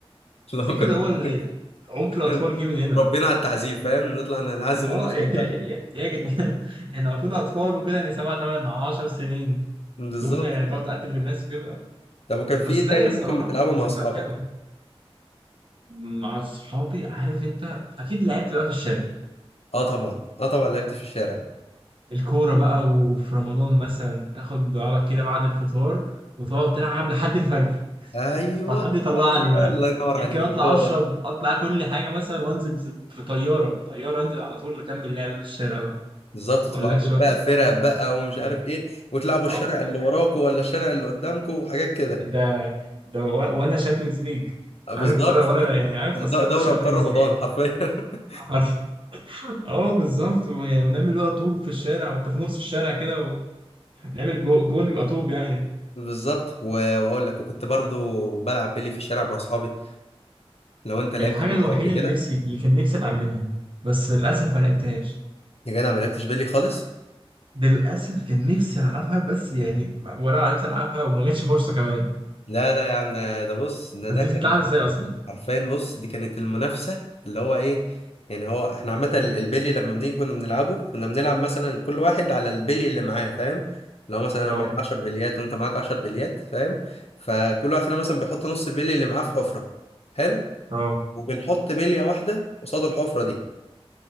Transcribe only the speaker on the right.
تفتكر
ده هو ال- عنف
الاطفال جه من هنا
اه
<laughs> ايه
إيه يا جدعان احنا المفروض اطفال وكده يعني سبع تمن عشر سنين
تقوم يعني تقعد تقتل في الناس كده
بس
لا
يا الصراحه
ذكريات
حلوه مع اصحابي عارف انت اكيد لعبت بقى في الشارع
الكوره بقى وفي رمضان مثلا تاخد بعضك كده بعد الفطار وتقعد تلعب لحد الفجر
طب حد يطلعني
بقى
يمكن
اطلع
اشرب
اطلع كل حاجه مثلا وانزل في طياره طياره انزل على طول اكمل لعب في الشارع بقى
ما اقولكش
بقى-
لا.
أه،
ده ده ولا ولا شامبيونز ليج
عارف ولا ولا
يعني عارف
تصفيات
الشامبيونز
ليج
عارف اه بالظبط و- يعني ونعمل بقى طوب في الشارع وانت في نص الشارع كده ونعمل جو- جون يبقى طوب يعني
الحاجه
الوحيده
اللي نفسي اللي كان نفسي اتعلمها بس للاسف ما لعبتهاش
للاسف كان نفسي العبها بس يعني ما- ولا عرفت العبها وما جاتش فرصه كمان
بس
دي
بتتلعب ازاي اصلا
اه
اه